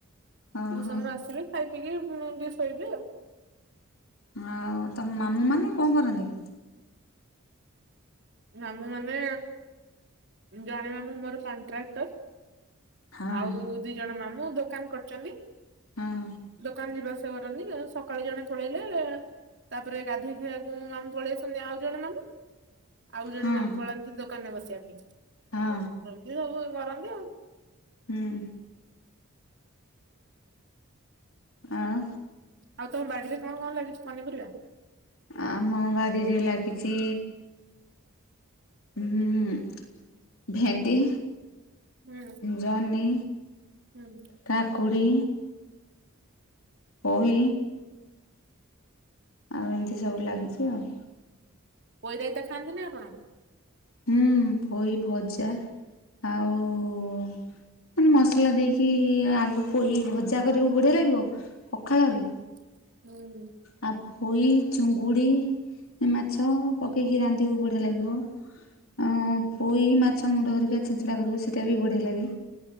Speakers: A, on the left (about 75°); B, on the right (about 55°).
A: ଓହୋ
B: ଟ୍ୟୁସନରୁ ଆସିବେ ଖାଇ ପିଇକି ପୁଣି ଟିକେ ଶୋଇବେ ଆଉ।
A: ଆଉ ତମ ମାମୁଁ ମାନେ କଣ କରନ୍ତି?
B: ମାମଁ ମାନେ, ଜଣେ ମାମୁଁ ମୋର କଣ୍ଟ୍ରାକ୍ଟର,
A: ହଁ
B: ଆଉ ଦି ଜଣ ମାମୁଁ ଦୋକାନ କରିଚନ୍ତି।
A: ହଁ
B: ଦୋକାନ ଯିବା <unintelligible> କରନ୍ତି। ସକାଳୁ ଜଣେ ପଳେଇଲେ। ତା ପରେ ଗାଧୋଇ ଖାଇବାକୁ ମାମୁଁ ପଳେଇ ଆସନ୍ତି, ଆଉ ଜଣେ ମାମୁଁ। ଆଉ ଜଣେ
A: ହଁ
B: ମାମୁଁ ପଳାନ୍ତି ଦୋକାନରେ ବସିବା ପାଇଁ।
A: ହଁ
B: ଏମିତି ସବୁ କରନ୍ତି ଆଉ। <inaudible>
A: ହୁଁ ଆଉ।
B: ଆଉ ତମ ବାଡିରେ କଣ କଣ ଲାଗିଛି ପନିପରିବା?
A: ଆମ ବାରିରେ ଲାଗିଛି ଉଁ ଭେଣ୍ଡି,
B: ହୁଁ।
A: ଜହ୍ନି
B: ହୁଁ।
A: କାକୁଡ଼ି ପୋଇ ଆଉ ଏମିତି ସବୁ ଲାଗିଛି ଆଉ।
B: ପୋଇ ରାଇତା ଖାଆନ୍ତି ନା ଆପଣ?
A: ହୁଁ, ପୋଇ ଭଜା ଆଉ ମସଲା ଦେଇକି ଆଳୁ ପୋଇ ଭଜା କରିବାକୁ ବଢିଆ ଲାଗିବ। ପଖାଳରେ
B: ହୁଁ ହୁଁ।
A: ଆଉ ପୋଇ, ଚୁଙ୍ଗୁଡ଼ି, ମାଛ ପକେଇକି ରାନ୍ଧିବାକୁ ବଢ଼ିଆ ଲାଗିବ। ଆଁ ପୋଇ ମାଛ ମୁଣ୍ଡ ଧରିକା ଛିଞ୍ଚିଡ଼ା କରିବୁ ସେଇଟା ବି ବଢ଼ିଆ ଲାଗେ।